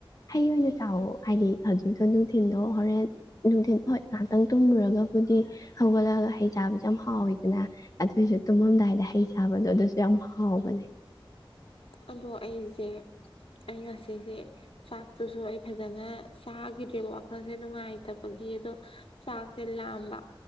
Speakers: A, on the left; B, on the left.
A: ꯍꯩ ꯑꯣꯏꯅ ꯆꯥꯎꯥꯛꯋ
B: ꯎꯝ
A: ꯍꯥꯏꯗꯤ ꯍꯧꯖꯤꯛꯁꯨꯣ ꯅꯨꯡꯊꯤꯟꯗꯣ ꯍꯣꯔꯦꯟ ꯅꯨꯡꯊꯤꯟ ꯍꯣꯏ ꯉꯥꯏꯍꯥꯛꯇꯪ ꯇꯨꯝꯃꯨꯔꯒꯕꯨꯗꯤ ꯍꯧꯒꯠꯂꯒ ꯍꯩ ꯆꯥꯕꯁꯨ ꯌꯥꯝ ꯍꯥꯎꯋꯤꯗꯅ ꯑꯗꯨꯑꯣꯏꯁꯨ ꯇꯨꯝꯃꯝꯗꯥꯏꯗ ꯍꯩ ꯆꯥꯕꯗꯣ ꯑꯗꯨꯁꯨ ꯌꯥꯝ ꯍꯥꯎꯕꯅꯦ
B: ꯑꯗꯣ ꯑꯩꯁꯦ ꯑꯩ ꯉꯁꯤꯁꯦ ꯆꯥꯛꯇꯨꯁꯨ ꯑꯩ ꯐꯖꯅ ꯆꯥꯈꯤꯗ꯭ꯔꯦꯕ ꯋꯥꯈꯜꯁꯦ ꯅꯨꯡꯉꯥꯏꯇꯕꯒꯤ ꯑꯗꯣ ꯆꯥꯛꯁꯦ ꯂꯥꯝꯕ